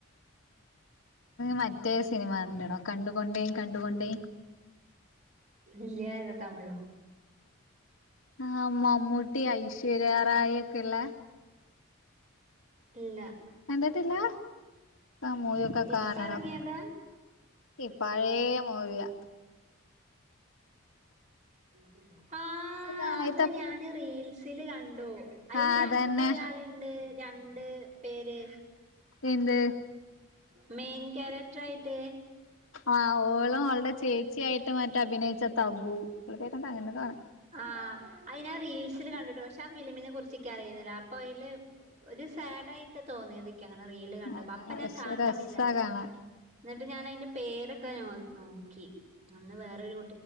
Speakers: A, on the left; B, on the right.
A: മറ്റേ സിനിമ ഉണ്ടണോ കണ്ടുകൊണ്ടേ കണ്ടുകൊണ്ടേും
B: ഇല്ലായതട്ടാ തമിഴ് ഓ
A: ആഹ മമ്മൂട്ടി ഐശ്വര്യാറായി ഒക്കെള്ളെ
B: ഇല്ല
A: കണ്ടിട്ടില്ല ആ മൂവി ഒക്കെ കാണണം...........
B: ഇപ്പ ഇറങ്ങിയതാ
A: ഈ പാഴേ മുവിയ..........
B: <unintelligible> ആഹ
A: ആദ്യത്തെ
B: അത് ഞാന് റീൽസിൽ കണ്ടു അതില്
A: ആഹ്
B: രണ്ട്
A: അതന്നെ
B: ആള് രണ്ട് രണ്ട് പേര്
A: എന്ത്
B: മെയിൻ കാക്യരക്ടർ ആയിട്ട്........
A: ആഹ ഓളും അവളുടെ ചേച്ചിയായിട്ട് മറ്റ അഭിനയിച്ച തബു ഇള പേരെന്ത അങ്ങനെ കാണ
B: ആഹ് അത്ഞാൻ റീൽസിൽ കണ്ടിട്ടു പക്ഷെ ആ ഫിലിമിനെ കു ചിക്ക് അറിയുന്നില്ല അപ്പൊ അതില് ഒരു സാഡ് ആയിട്ട് തോന്നി.......... അങ്ങനെ റീല് കണ്ടപ്പ
A: ആഹ്
B: അപ്പൊ ഞാൻ
A: പക്ഷെ
B: കാണണം
A: രസാ
B: വിചാരിച്ചു
A: കാണാൻ
B: എന്നിട്ട് ഞാൻ അതിന്റെ പേരൊക്കെ ഞാൻ നോക്കി അന്ന് വേറെ കു